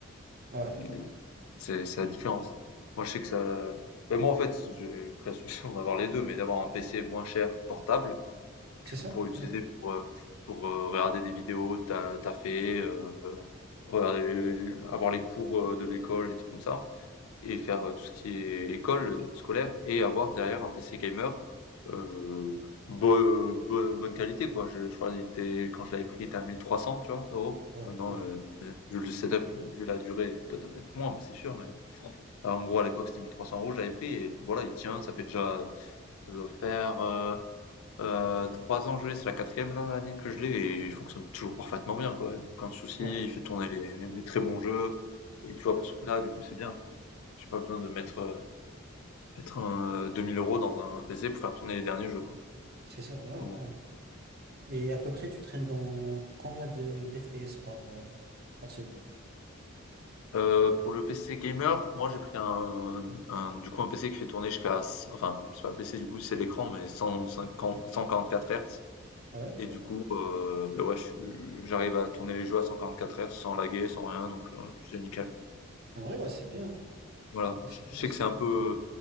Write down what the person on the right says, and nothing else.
Ouais,
c'est
ça.
Hmm.
Ouais,
ouais,
ouais,
c'est ça. Ouais,
ouais. Et à peu près, tu traînes dans combien de d'FPS par, euh, par seconde?
Ouais,
en vrai, ouais, c'est bien. hein.
Ouais,
C'est
bien,
c'est
très
bien.